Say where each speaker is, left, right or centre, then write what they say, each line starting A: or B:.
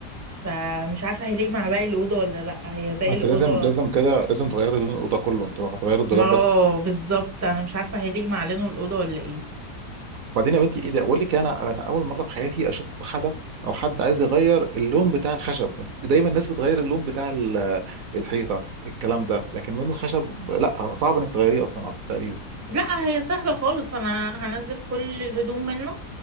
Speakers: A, on the right (about 20°); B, on the right (about 65°).
A: فمش عارفة هيليق مع باقي الأوضة ولا لأ هي باقي
B: ما انت
A: الأوضة
B: لازم لازم كده لازم تغيري لون الاوضه كله انت هتغير الدولاب
A: ما اه
B: بس
A: بالظبط أنا مش عارفة هيليق مع لونه الأوضة ولا ايه
B: بعدين يا بنتي ايه ده اقول لك انا انا اول مره في حياتي اشوف حدا او حد عايز يغير اللون بتاع الخشب دايما الناس بتغير اللون بتاع ال- الحيطه الكلام ده لكن لون الخشب لا صعب انك تغيريه اصلا أعتقد تقريبا
A: لا هي سهلة خالص انا هنزل كل الهدوم منه